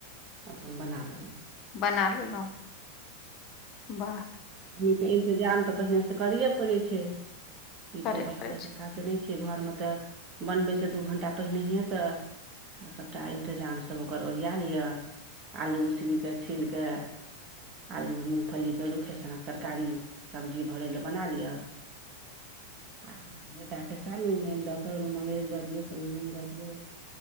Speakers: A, on the right (about 35°); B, on the left (about 35°).
A: अपन बना लेलहुँ
B: बना लेलहुँ बाह
A: पान के इंतजाम तऽ पहिने से करे पड़ै छै <unintelligible> ई
B: करे पड़ै छै
A: घरमे तऽ बनबै छै दू घंटा पहिनहिसँ सभटा इन्तजामसभ ओकर ओरिया लिआ आलू उसन कऽ छील कऽ आलू मूगफलीके रूखे सनक तरकारी सबजी भरय लेलए बना लिअ आमे स क मर दऽ दियौ कनिन दऽ दियौ